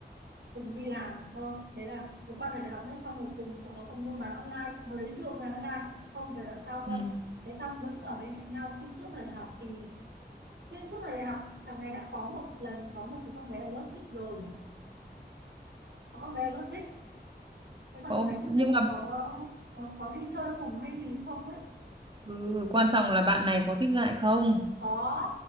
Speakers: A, on the right; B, on the right.
A: cùng đi làm thôi đấy là một quan thời đại học nữa xong rồi cùng bọn nó còn buôn bán online hồi đấy chưa buôn bán online không phải đợt sau cơ
B: Ừ.
A: thế xong vẫn ở bên cạnh nhau xuyên suốt thời đại học thì xuyên suốt thời đại học thằng này đã có một lần có một cái con bé ở lớp thích rồi có con bé ở lớp thích thế xong
B: Có,
A: thằng này
B: nhưng
A: không biết là
B: mà
A: có có, có đi chơi cùng hay gì không ấy
B: Ừ, quan trọng là bạn này có thích lại không?
A: có